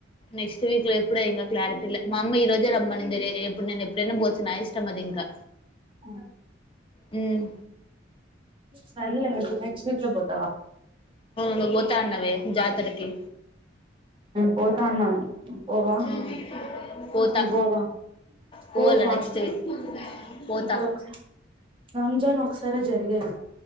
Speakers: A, on the left (about 30°); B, on the right (about 30°).
A: నెక్స్ట్ వీక్ లో ఎప్పుడ ఇంకా క్లారిటీ లే మా అమ్మ ఈ రోజే రమ్మనిే ఎప్పుడుే ఎప్పుడైనా పోచ్చు నా ఇష్టం అది ఇంకా
B: అ
A: హ్మ్
B: సరలే మతే నెక్స్ట్ వీక్ లో బంది
A: వు గతాన్నావే జాతరకి
B: పోతాన్నా పోవా
A: హ్మ్ పోతా
B: పోగ
A: పోవాల
B: డూ ఫాస్ట్
A: నెక్స్ట్ వీక్ పోతా
B: ఇప్పుడు ఒకసారి రంజాన్ ఒకసారి జరిగేది